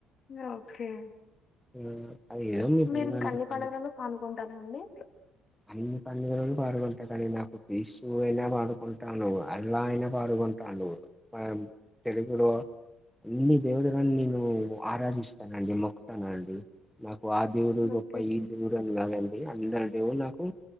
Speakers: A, on the left; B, in the centre.
A: ఓకే
B: ఆ, అది ఏదో మీ
A: మీరు
B: దైవానికి
A: ఇంకా అన్ని పండుగాలలో పాల్గొంటారా అండి
B: అన్ని పండుగలలో పాల్గొంటాను కానీ నాకు క్రీస్తు అయినా పాల్గొంటాను అల్లా అయినా పాల్గొ కొంటాండు మనం తెలుగులో అన్ని దేవతలను నేను ఆరాధిస్తానండి మొక్కుతానండి నాకు ఆ దేవుడు
A: ఓకే.
B: గొప్ప ఈ దేవుడు అని కాదండి అందరి దేవుళ్లు నాకు నాకు